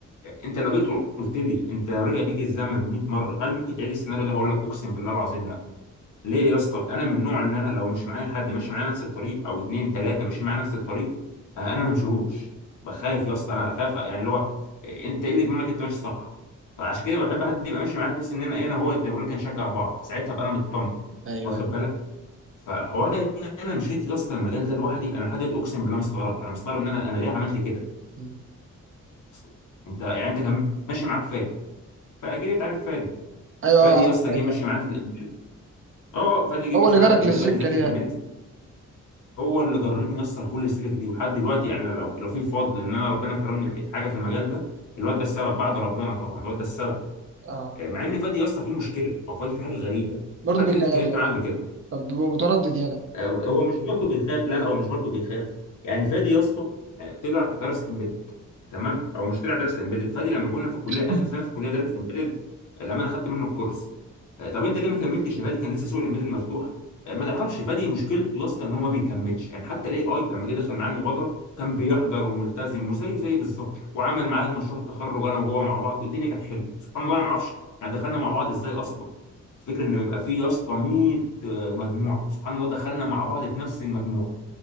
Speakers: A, on the left; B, on the right.
A: انت لو جيت قلت لي انت لو رجع بيك الزمن 100 مره هل ممكن تعيد السيناريو ده هقول لك اقسم بالله العظيم لا ليه يا اسطى انا من النوع اللي انا لو مش معايا حد ماشي معايا نفس الطريق او اتنين تلاته ماشيين معايا نفس الطريق آه، انا ما بمشيهوش بخاف يا اسطى انا خايف يعني اللي هو إيه، انت ايه اللي يضمنك انت ماشي صح فعشان كده بحب حد يبقى ماشي معايا بحيث ان انا ايه انا هو زي ما بقول لك نشجع بعض ساعتها ابقى انا مطمن
B: ايوه
A: واخد
B: ايوه
A: بالك فحوار ان انا مشيت يا اسطى المجال ده لوحدي انا لحد دلوقتي اقسم بالله مستغرب انا مستغرب ان انا انا ليه عملت كده
B: مم.
A: أصلاً. انت يعني انت كان ماشي معاك فادي فاكيد انت عارف فادي
B: ايوه
A: فادي
B: عارف،
A: يا اسطى
B: عارف.
A: جه مشي معايا في الامبيد اه فادي جه
B: هو
A: مشي
B: اللي
A: معايا
B: جرك
A: في الامبيد
B: للسكة
A: قال لي ذاكر
B: دي يلا
A: امبيد هو اللي جرني يسطر كل السكك دي ولحد دلوقتي يعني أنا لو لو في فضل ان انا ربنا كرمني وبقيت حاجه في المجال ده الواد ده السبب بعد ربنا طبعا الواد ده السبب
B: اه
A: آه، مع ان فادي يا اسطى فيه مشكله او فادي فيه حاجه غريبه
B: برضه
A: حتى
B: بيخاف
A: جيت اتكلمت
B: يلا
A: معاه قبل كده
B: طب بيبقى متردد يلا
A: آه، هو مش برضه بيخاف لا لا هو مش برضه بيخاف يعني فادي يا اسطى آه، طلع درس تمام او مشتري على درس امبيدد فادي لما كنا في الكليه
B: <coughs>
A: اخر سنه في الكليه درس امبيدد لما انا خدت منه الكورس آه، طب انت ليه ما كملتش يا فادي كان لسه سوق الامبيدد مفتوح آه، ما تعرفش فادي مشكلته يا اسطى ان هو ما بيكملش يعني حتى الاي اي لما جه دخل معاه المبادره كان بيحضر وملتزم وزيه زي بالظبط وعمل معايا مشروع التخرج انا وهو مع بعض والدنيا كانت حلوه سبحان
B: مم.
A: الله أنا ما اعرفش احنا دخلنا مع بعض ازاي اصلا الفكره ان يبقى فيه يا اسطى 100 آه، مجموعه سبحان الله دخلنا مع بعض في نفس المجموعه ما